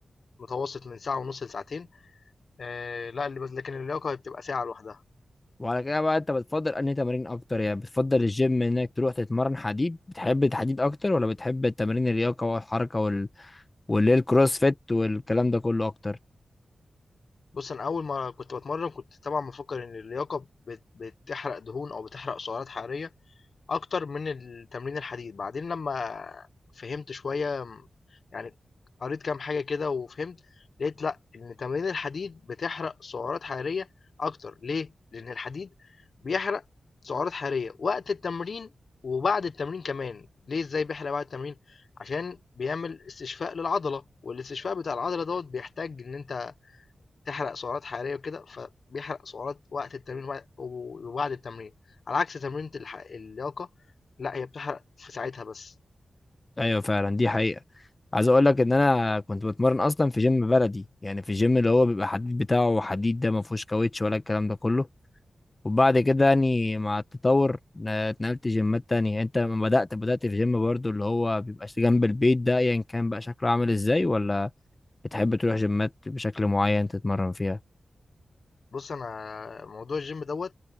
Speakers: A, on the left; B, on the left.
A: متوسط من ساعة ونُص لساعتين، آآ لأ ال لكن اللياقة هي بتبقى ساعة لوحدها.
B: وعلى كده بقى انت بتفضل انهي تمارين اكتر يعني بتفضل الجيم انك تروح تتمرن حديد بتحب الحديد اكتر ولا بتحب التمارين اللياقه والحركه واللي هي الكروس فيت والكلام ده كله اكتر
A: بُص، أنا أول ما كنت باتمرّن كنت طبعًا مفكّر إن اللياقة بت بتحرق دهون أو بتحرق سعرات حرارية. أكتر من التمرين الحديد بعدين لما فهمت شوية م- يعني قريت كام حاجة كده وفهمت لقيت لأ إن تمارين الحديد بتحرق سعرات حرارية أكتر ليه؟ لأن الحديد بيحرق سعرات حرارية وقت التمرين وبعد التمرين كمان ليه إزاي بيحرق بعد التمرين؟ عشان بيعمل استشفاء للعضلة والاستشفاء بتاع العضلة دوت بيحتاج إن أنت تحرق سعرات حرارية وكده، فبيحرق سعرات وقت التمرين وبعد وبعد التمرين، على عكس تمرينة الح اللياقة لأ، هي بتحرق في ساعتها بس.
B: ايوه فعلا دي حقيقة عايز اقول لك ان انا كنت بتمرن اصلا في جيم بلدي يعني في جيم اللي هو بيبقى حديد بتاعه حديد ده ما فيهوش كاوتش ولا الكلام ده كله وبعد كده يعني مع التطور آه، اتنقلت جيمات تانية انت لما بدأت بدأت في جيم برضو اللي هو بيبقى جنب البيت ده ايا يعني كان بقى شكله عامل ازاي ولا بتحب تروح جيمات بشكل معين تتمرن فيها
A: بُص أنا موضوع الgym دوّة